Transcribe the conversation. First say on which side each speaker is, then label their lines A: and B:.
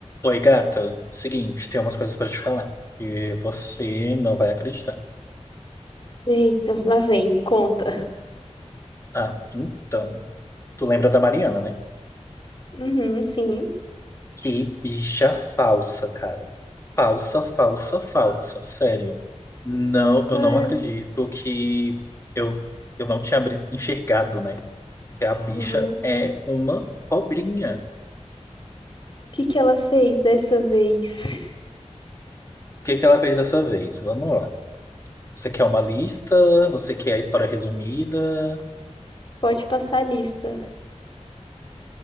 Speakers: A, on the left (about 25°); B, on the left (about 40°).
A: Oi, gata. Seguinte, tem umas coisas pra te falar. E você não vai acreditar.
B: Eita, lá vem, conta.
A: Ah, então. Tu lembra da Mariana, né?
B: Uhum, sim.
A: Que bicha falsa, cara. Falsa, falsa, falsa. Sério. Não, eu
B: Ai,
A: não acredito que eu, eu não tinha abri- enxergado, né? Que a bicha
B: uhum. O
A: é uma cobrinha.
B: que que ela fez dessa vez? <laughs>
A: O que que ela fez dessa vez? Vamos lá. Você quer uma lista? Você quer a história resumida?
B: Pode passar a lista.